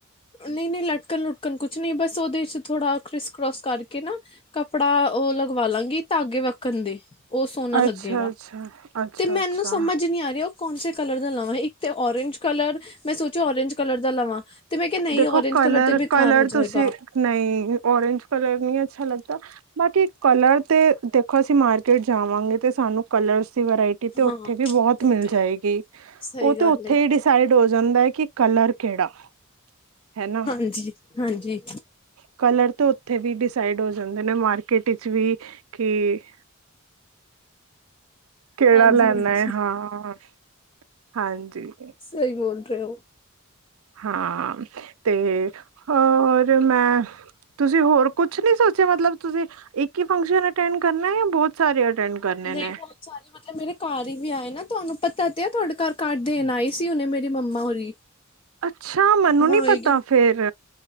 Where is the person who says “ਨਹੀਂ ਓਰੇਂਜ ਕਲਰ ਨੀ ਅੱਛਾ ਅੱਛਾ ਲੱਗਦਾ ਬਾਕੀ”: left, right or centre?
Right